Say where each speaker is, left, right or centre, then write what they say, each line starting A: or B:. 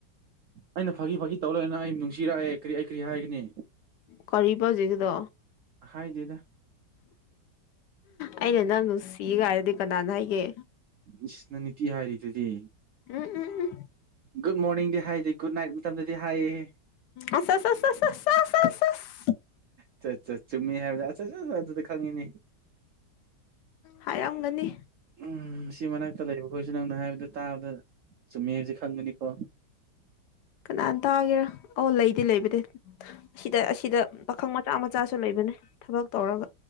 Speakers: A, on the right; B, on the left.
A: ꯑꯩꯅ ꯐꯥꯒꯤ ꯐꯥꯒꯤ ꯇꯧ ꯂꯩꯔ ꯅꯪ ꯑꯩꯕꯨ ꯅꯨꯡꯁꯤꯔꯛꯑꯦ ꯀꯔꯤ ꯑꯩ ꯀꯔꯤ ꯍꯥꯏꯒꯅꯤ
B: ꯀꯔꯤꯕ ꯍꯧꯖꯤꯛꯀꯤꯗꯣ
A: ꯍꯥꯏꯗꯦꯗ
B: ꯑꯩꯅ ꯅꯪ ꯅꯨꯡꯁꯤꯒꯥꯏꯗꯨꯗꯤ ꯀꯅꯥꯅ ꯍꯥꯏꯒꯦ
A: ꯏꯁ ꯅꯪ ꯅꯤꯇꯤ ꯍꯥꯏꯔꯤꯗꯨꯗꯤ
B: ꯎꯝ ꯎꯝ ꯎꯝ
A: ꯒꯨꯗ ꯃꯣꯔꯅꯤꯡꯗꯤ ꯍꯥꯏꯗꯦ ꯒꯨꯠ ꯅꯥꯏꯠ ꯃꯇꯝꯗꯗꯤ ꯍꯥꯏꯌꯦ
B: ꯑꯁ ꯑꯁ ꯑꯁ ꯑꯁ ꯑꯁ ꯑꯁ ꯑꯁ ꯑꯁ
A: ꯆꯥ ꯆꯥ ꯆꯨꯝꯃꯤ ꯍꯥꯏꯕꯗ ꯑꯆꯥꯆꯥ ꯑꯗꯨꯗꯤ ꯈꯪꯉꯤꯅꯦ
B: ꯍꯥꯏꯔꯥꯝꯒꯅꯤ
A: ꯎꯝ ꯁꯤ ꯃꯅꯥꯛꯇ ꯂꯩꯕ ꯈꯣꯏꯁꯨ ꯅꯪ ꯍꯥꯏꯕꯗ ꯇꯥꯕꯗ ꯆꯨꯝꯃꯤ ꯍꯥꯏꯕꯁꯦ ꯈꯪꯕꯅꯤꯀꯣ
B: ꯀꯅꯥꯟ ꯇꯥꯒꯦꯔꯥ ꯑꯣ ꯂꯩꯗꯤ ꯂꯩꯕꯅꯦ ꯑꯁꯤꯗ ꯑꯁꯤꯗ ꯄꯥꯈꯪ ꯃꯆꯥ ꯃꯆꯥꯁꯨ ꯂꯩꯕꯅꯦ ꯊꯕꯛ ꯇꯧꯔꯒ